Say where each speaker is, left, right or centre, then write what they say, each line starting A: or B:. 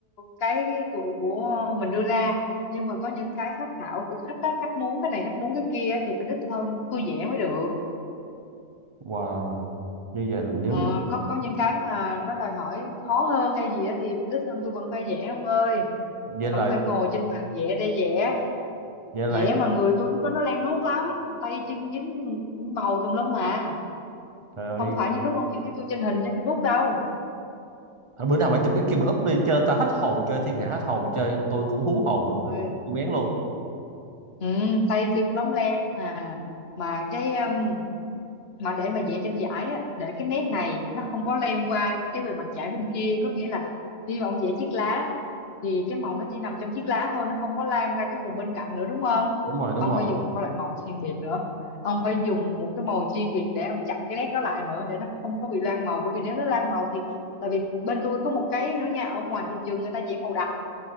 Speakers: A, on the left; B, on the right.
A: cái của, của mình đưa ra nhưng mà có những cái phác thảo của khách á khách muốn cái này khách muốn cái kia thì phải đích thân tôi vẽ mới được
B: wow như vậy là nếu
A: Ờ, có có những cái mà nó đòi hỏi khó hơn hay gì á thì đích thân tôi vẫn phải vẽ ông ơi
B: vậy là
A: vẫn phải ngồi trên bàn vẽ để vẽ
B: vậy là
A: vẽ mà người tôi lúc đó nó lem luốc lắm tay chân dính màu tùm lum mà
B: trời ơi
A: không phải như lúc ông nhìn thấy tôi trên hình trên Facebook đâu
B: Thôi bữa nào mà chụp cái kia mà úp đi chơi ta hết hồn chơi thiên hạ hết hồn chơi tôi cũng hú hồn
A: Rồi,
B: kim bén luôn
A: ừ, tay chân lắm lem mà mà cái um, mà để mà vẽ trên giải á để cái nét này nó không có lem qua cái bề mặt giải bên kia có nghĩa là khi mà ông vẽ chiếc lá thì cái màu nó chỉ nằm trong chiếc lá thôi nó không có lan ra cái vùng bên cạnh nữa đúng không
B: đúng rồi đúng
A: ông
B: rồi
A: phải dùng một cái loại màu chuyên biệt nữa ông phải dùng một cái màu chuyên biệt để ông chặn cái nét đó lại nữa để nó không có bị lan màu bởi vì nếu nó lan màu thì tại vì bên tôi có một cái nữa nha ở ngoài thị trường người ta vẽ màu đậm